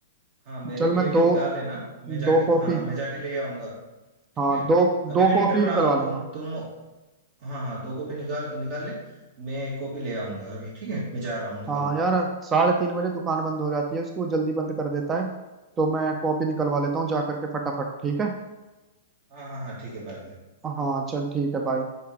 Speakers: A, on the right; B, on the right.
A: हाँ मेरे
B: चल
A: लिए
B: मैं
A: भी
B: दो
A: निकाल लेना मैं जाके
B: दो कॉपी
A: हाँ मैं जाके ले आऊंगा ठीक
B: हाँ
A: है
B: दो
A: अभी
B: दो
A: मैं
B: कॉपी
A: निकल रहा
B: निकलवा
A: हूँ
B: लूंगा
A: तुम तुम हाँ हाँ दो कॉपी निकाल निकाल ले मैं एक कॉपी ले आऊंगा अभी ठीक है मैं जा रहा हूँ निकल
B: हाँ
A: रहा
B: यार साढ़े तीन बजे दुकान बंद हो जाती है उसको जल्दी बंद कर देता है तो मैं कॉपी निकलवा लेता हूँ जा करके फटाफट ठीक है
A: हूँ हाँ हाँ हाँ ठीक है बाय बाय
B: हाँ चल ठीक है बाय